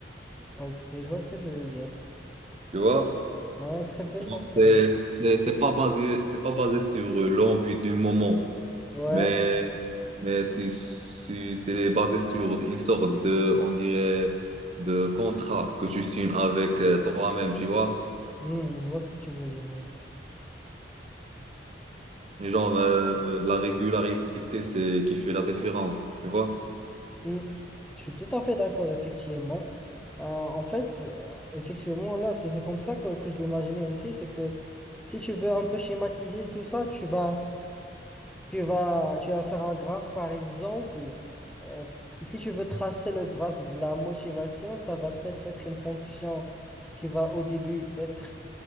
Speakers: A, in the centre; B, on the right.
A: Ok, je vois ce que tu veux dire.
B: tu vois.
A: Ouais, très belle
B: Genre,
A: comparaison.
B: c'est, c'est, c'est pas basé, c'est pas basé sur euh, l'envie du moment,
A: Ouais,
B: mais, mais si, si c'est basé sur une sorte de, on dirait, de contrat que tu signes avec euh, toi-même, tu vois.
A: Hmm, je vois ce que tu veux dire, oui.
B: Et Genre, euh, la régularité, c'est qui fait la différence, tu vois?
A: Mm. Je suis tout à fait d'accord, effectivement. Euh, en fait, euh, effectivement, là, c'est c'est comme ça que, que je l'imaginais aussi, c'est que si tu veux un peu schématiser tout ça, tu vas, tu vas, tu vas faire un graphe, par exemple. Euh, si tu veux tracer le graphe de la motivation, ça va peut-être être une fonction qui va au début être